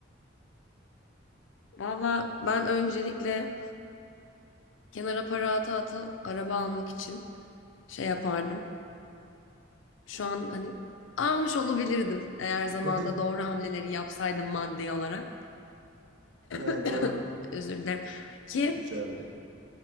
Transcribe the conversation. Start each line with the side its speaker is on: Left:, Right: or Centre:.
Left: Valla ben öncelikle kenara para ata ata araba almak için şey yapardım. Şu an hani almış olabilirdim eğer zamanında
Right: <laughs>
Left: doğru hamleleri yapsaydım maddi olarak.
Right: Ha,
Left: <coughs>
Right: doğru.
Left: Özür dilerim. Ki
Right: Hiç önemli değil.